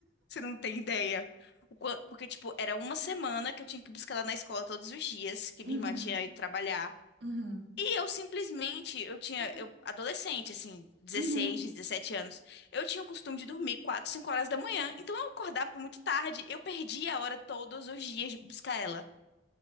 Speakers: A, on the left (about 60°); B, on the right (about 70°).
A: Você não tem ideia. O quan- Porque, tipo, era uma semana que eu tinha que buscar ela na escola todos os dias, que minha
B: Uhum,
A: irmã tinha ido trabalhar.
B: uhum.
A: E eu simplesmente, eu tinha,
B: Esqueceu.
A: eu, adolescente, assim, dezesseis
B: Uhum.
A: 17 anos, eu tinha o costume de dormir 4 5 horas da manhã, então eu acordava muito tarde, eu perdia a hora todos os dias de buscar ela.